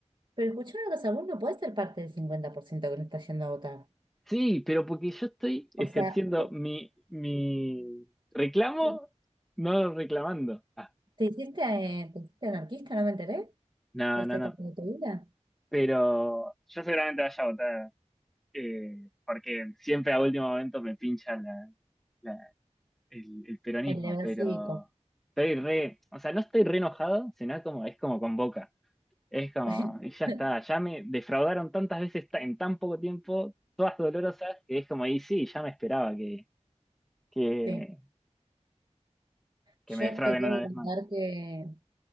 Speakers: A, on the right (about 40°); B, in the centre.
A: Pero escuchá una cosa, vos no podés ser parte del 50% que no está yendo a votar.
B: Sí, pero porque yo estoy ejerciendo
A: O sea, ju-
B: mi, mi reclamo,
A: ¿te
B: no reclamando. Ah,
A: te hiciste, eh, te hiciste anarquista? ¿No me enteré?
B: no,
A: de esta
B: no, no.
A: etapa de tu vida?
B: Pero yo seguramente vaya a votar eh, porque siempre a último momento me pincha la, la- el, el peronismo,
A: El deber
B: pero
A: cívico.
B: estoy re, o sea, no estoy re enojado, sino como es como con Boca. Es como,
A: <laughs>
B: y ya está, ya me defraudaron tantas veces ta- en tan poco tiempo, todas dolorosas, que es como, y sí, ya me esperaba que, que,
A: Sí.
B: que
A: Yo
B: me defrauden
A: te tengo
B: una
A: que
B: vez
A: contar
B: más.
A: que